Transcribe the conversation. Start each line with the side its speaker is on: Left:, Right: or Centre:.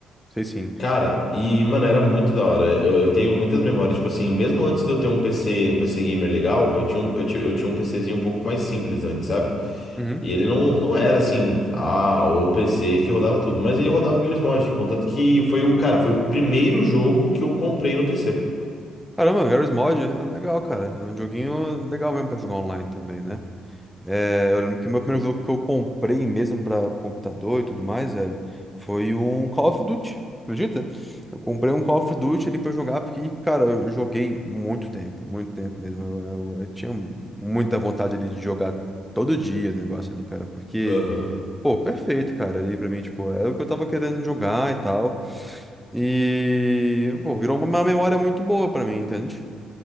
Centre: sei sim.
Left: Cara, e, mano, era muito da hora. Eu, eu tenho muitas memórias, tipo assim, mesmo antes de eu ter um PC, um PC gamer legal, eu tinha um, eu tinha, eu tinha um PCzinho um pouco mais simples antes, sabe?
Centre: Uhum.
Left: E ele não, não era assim, ah, o PC que rodava tudo, mas ele rodava Garry's Mod, contanto que foi o, cara, foi o primeiro jogo que eu comprei no PC.
Centre: Caramba, Garry's Mod é legal, cara. É um joguinho legal mesmo pra jogar online também, né? É, eu lembro que o meu primeiro jogo que eu comprei mesmo pra computador e tudo mais, velho, foi um Call of Duty. Acredita? Eu comprei um Call of Duty ali pra jogar, porque, cara, eu joguei muito tempo, muito tempo mesmo. Eu, eu- eu tinha muita vontade ali de jogar todo dia o negócio ali, cara, porque,
Left: Aham.
Centre: pô, perfeito, cara, ali pra mim, tipo, era o que eu tava querendo jogar e tal. E, pô, virou uma memória muito boa pra mim, entende?